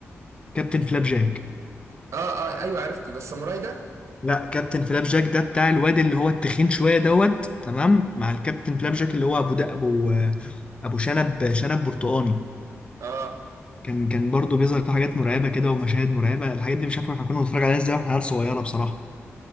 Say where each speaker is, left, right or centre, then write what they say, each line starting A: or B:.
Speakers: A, on the left; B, on the right.
A: كابتن فلاب جاك
B: اه اه ايوه عرفته ده الساموراي ده
A: لا كابتن فلاب جاك ده بتاع الواد اللي هو التخين شويه دوت تمام مع الكابتن فلاب جاك اللي هو ابو ده ابو ابو شنب شنب برتقاني
B: اه
A: كان كان برضو بيظهر في حاجات مرعبه كده ومشاهد مرعبه الحاجات دي مش عارف احنا كنا بنتفرج عليها ازاي واحنا عيال صغيره بصراحه